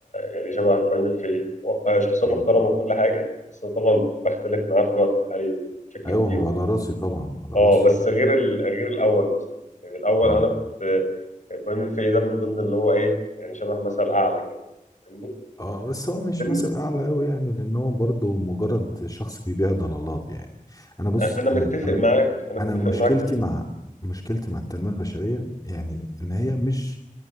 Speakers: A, on the left; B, on the left.
A: يعني شبه ابراهيم الفقي هو- شخصيه
B: مم.
A: محترمه وكل حاجه بس طبعا بختلف معاه في الوقت الحالي بشكل
B: ايوه
A: كبير
B: هو على راسي طبعا على
A: اه
B: راسي
A: بس غير ال... غير الاول مثلا يعني الاول
B: اه
A: انا كنت آه، ابراهيم الفقي ده من ضمن اللي هو ايه يعني شبه مثل اعلى كده فاهمني
B: اه بس هو مش
A: بن-
B: مثل اعلى قوي يعني لان هو برضه مجرد شخص بيبيع ضلالات يعني انا بص
A: انا متفق
B: انا انا
A: معاك انا متفق
B: انا مشكلتي
A: معاك في ده
B: مع مشكلتي مع التنميه البشريه يعني ان هي مش